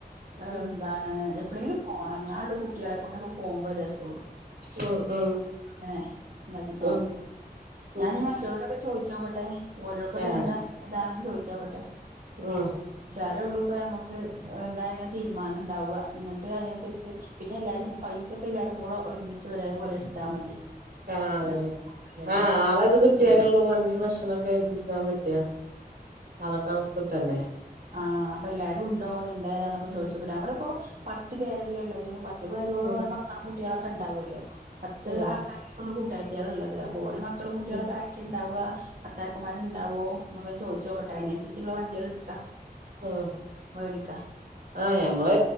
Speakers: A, on the right; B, on the right.
A: ഏന്താ
B: ഉം
A: ഏ എപ്പളേങ്കിലും പോണം ന്നാള്ളൂ കുട്ട്യാളെക്കൊണ്ടൊക്കെ പോവുമ്പോ രസം ട്ടൊ
B: ഉം ഉം
A: ങ്ങനെ താക്കി പോണം
B: ഉം
A: ഞാന്
B: ഉം
A: മ റ്റോരോടൊക്കെ ചോയ്ച്ചോക്കട്ടെ ഓരോർക്കൊക്കെന്താ
B: ആഹ്
A: ഇതാണെന്ന് ചോയ്ച്ചോക്കട്ടെ
B: ഉം
A: ച്ചാലൊള്ളൂ പ്പമ്മക്ക് എന്താ ഏതാ തീര്മാനണ്ടാവ ന്ന്ട്ട് അയ്നൻസര്ച്ച് പിന്നെല്ലാരും പൈസൊക്കെല്ലാരും കൂടെ ഒരുമിച്ച് ഒരേ പോലെ ട്ത്താ മതി
B: ആ അതെന്നെ
A: ന്നാ ല്ലോ
B: ആ
A: ഒരു
B: ആളത് കിട്ടിയാലൊള്ളൂ വണ്ടിം ഭക്ഷണൊക്കെ ഏൽപ്പിക്കാൻ പറ്റു ല്ല <unintelligible> കിട്ടണ്ടേ
A: ആ അപ്പൊ എല്ലാരുംണ്ടോ എന്തായേതാന്നൊക്കെ
B: ഉം
A: ചോയ്ച്ചോക്കട്ടെ നമ്മളിപ്പോ പത്ത് പേരല്ലേ ള്ളത് വ പത്ത് പേരോളും
B: ഉം
A: ഓലെ മക്കളും കുട്ട്യാളൊക്കെ ണ്ടാവല്ലോ പത്ത്
B: ഉം
A: ആൾക്കാരാ കൂട്ടാര്ത്യാള്ള്ളത് ഓരെ മക്കളും കുട്ട്യാളൊക്കെ
B: ഉം
A: ക്കിണ്ടാവ ഭർത്താക്കന്മാര്ണ്ടാവോ ന്നൊക്കെ ചോയ്ച്ചോക്കട്ടെ അയ്നൻസരിച്ച്ള്ള വണ്ടിയാള് ഇട്ക്കാ
B: ആ
A: വേടിക്ക
B: ആ ഞമ്മള്